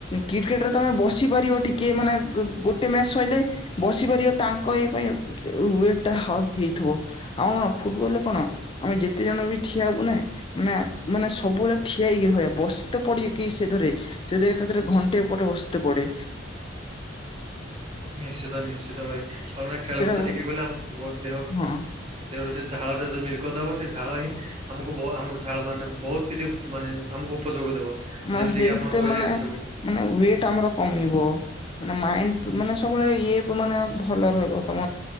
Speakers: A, on the left (about 25°); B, on the right (about 30°).
A: କ୍ରିକେଟ୍ ତମେ ବସି ପାରିବ ଟିକେ ମାନେ ଗୋଟେ ମ୍ୟାଚ ସରିଲେ ବସିପାରିବ ତାଙ୍କ ଏଇ ପାଇଁ ୱେଟ୍ ଟା ହେଇଥିବ ଆମ କଣ ଫୁଟବଲ ରେ କଣ ଆମେ ଯେତେ ଜଣ ବି ଠିଆ ହବୁ ନା ମାନେ ସବୁବେଳେ ଠିଆଇକି ରହ ବସି ତ ପଡେ କି ସେରେ ସେରେ ଏକାଥରେ ଘଣ୍ଟେ ଉପରେ ବସି ପଡେ
B: ନିଶ୍ଚିତ ନିଶ୍ଚିତ ଭାଇ କଣ ଖେଳକୁଦ
A: ସେଟା
B: ଟିକେ ଗଲେ ଆମ ବ ଦେହ
A: ହଁ
B: ଦେହରୁ ସେ ଝାଳରୋ ଯୋଉ ନିର୍ଗତ ହବ ସେ ଝାଳ ହିଁ ଆମକୁ ଆମର ଝାଳ ମାନେ ବୋହୁତ କିଛି ମାନେ ଆମକୁ ଉପଯୋଗ ଦେବ
A: ଆ
B: ଯେମିତି
A: ହେଲଥରେ
B: କିି ଆପଣ କହିଲେ
A: ମାନେ
B: ଏବେ ସବୁ
A: ମାନେ ୱେଟ ଆମର କମିବ। ମାନେ ମାଇଣ୍ଡ ମାନେ ସବୁବେଳେ ଇଏ ମାନେ ଭଲ ରହିବ ତମ